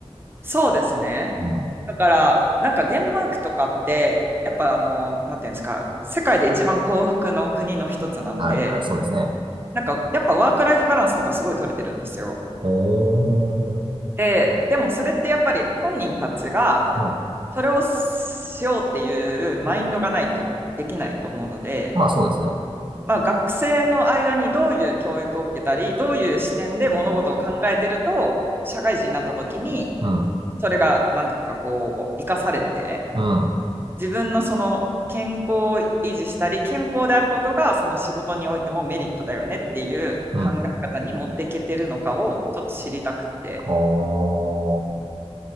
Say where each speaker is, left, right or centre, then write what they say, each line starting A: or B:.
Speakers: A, on the right (about 20°); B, on the right (about 50°).
A: そうですね。
B: うん。
A: だから、なんかデンマークとかって、やっぱあの、なんていうんですか、世界で一番幸福の国の一つなんで、
B: はいはい、そうですね。
A: なんかやっぱワークライフバランスとかすごい取れてるんですよ。
B: おー。
A: で、でもそれってやっぱり本人たちが
B: うん。
A: それをしようっていうマインドがないとできないと思うので、
B: まあそうですね。
A: まあ、学生の間にどういう教育を受けたり、どういう視点で物事を考えてると、社会人になった時に、
B: うん。
A: それがなんかこう、生かされて、
B: うん。
A: 自分のその健康を維持したり、健康であることがその仕事においてもメリットだよねっていう考え方に持っていけてるのかをちょっと知りたくて。
B: うん。おー。